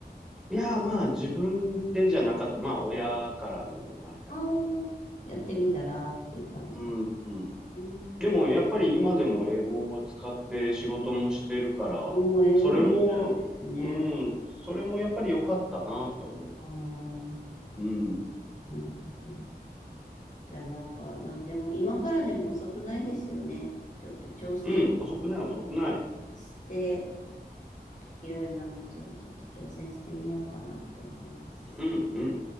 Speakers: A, in the centre; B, on the left.
A: いや、まあ自分でじゃなかった。まあ親からのあれだけど。
B: ああ、やってみたらっていう感じだっ
A: うん、うん。
B: たね。
A: でもやっぱり今でも英語を使って仕事もしてるから、
B: もう英語できたらですね。
A: それも、うん、それもやっぱり良かったなと思
B: ああ、
A: う。うん。
B: なるほど。じゃあなんか何でも、今からでも遅くないですよね。ちょっと挑戦
A: うん、遅くない、遅くない。
B: して、いろいろなことにちょっと挑戦してみようかなって思います。
A: うん、うん。